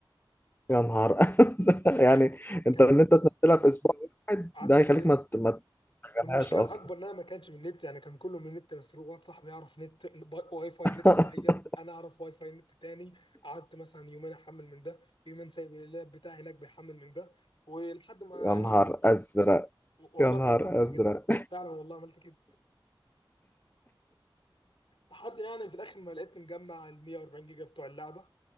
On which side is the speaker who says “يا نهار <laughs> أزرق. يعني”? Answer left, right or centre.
Left